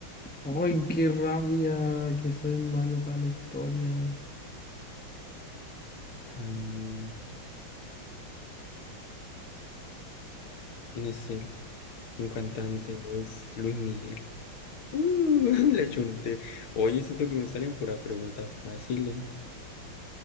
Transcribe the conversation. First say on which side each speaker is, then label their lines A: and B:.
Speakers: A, in the centre; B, on the left.
A: ¡Ay, qué rabia! Que soy malo para la historia.
B: ay, ¿quién es él? Un cantante, es Luis Miguel. Uh, <laughs> la chunté. Oye, siento que me salen puras preguntas fáciles.